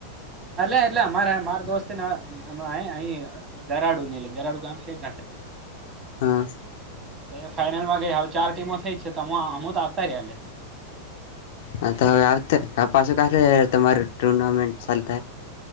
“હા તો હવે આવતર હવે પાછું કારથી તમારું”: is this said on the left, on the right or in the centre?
Left